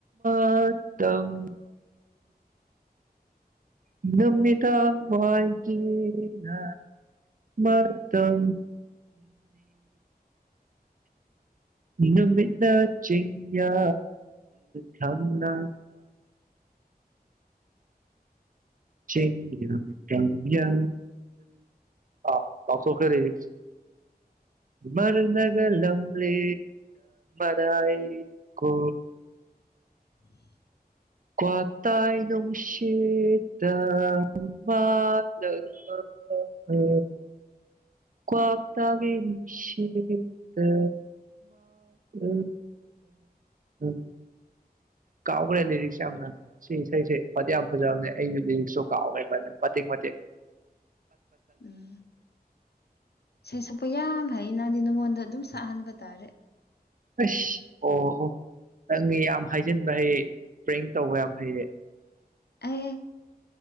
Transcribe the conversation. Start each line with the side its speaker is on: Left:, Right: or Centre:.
Right: ꯃꯇꯝꯝ ꯑꯗꯨꯝꯃꯤ ꯇ ꯍ ꯀ ꯃ ꯎ ꯃꯤꯅꯃꯤꯗ ꯆꯤꯡꯌꯥ ꯊꯝꯅ
Left: <unintelligible>
Right: ꯆ ꯀꯗ ꯑꯥ ꯇꯥꯎ ꯁꯣꯈꯩ ꯒ ꯂꯝꯂꯤ ꯇꯥꯏ ꯀꯣ
Left: <unintelligible>
Right: ꯀ꯭ꯋꯥ ꯇꯥꯏꯅꯅꯨꯡꯁꯤꯦ ꯇ ꯃꯥꯂꯃ ꯎ ꯀꯥꯛꯇꯥꯒꯤꯠꯇ ꯎ ꯎ ꯀꯥꯎꯈ꯭ꯔꯦ ꯂꯤꯔꯤꯛꯁ ꯌꯥꯝꯅ ꯁꯤ ꯏꯁꯩꯁꯦ ꯈ꯭ꯋꯥꯗꯤ ꯌꯥꯝ ꯐꯖꯕꯅꯦ ꯑꯩꯁꯨ ꯂꯤꯔꯤꯛꯁꯁꯨ ꯀꯥꯎ ꯅ ꯊꯦꯡ ꯃ
Left: ꯎꯝ ꯁꯤꯦꯁꯄꯌꯥ ꯐꯩ ꯅꯪꯗꯤ ꯅꯉꯣꯟꯗ ꯑꯗꯨꯝ ꯁꯥꯛꯍꯟꯕ ꯇꯥꯔꯦ
Right: ꯐꯁ ꯑꯣ ꯅꯪꯉ ꯌꯥꯝ ꯍꯥꯏꯖꯤꯟꯕ ꯍꯩꯌꯦ ꯄ꯭ꯔꯦꯡ ꯇꯧꯕ ꯌꯥꯝ ꯍꯩꯌꯦ
Left: ꯑꯩ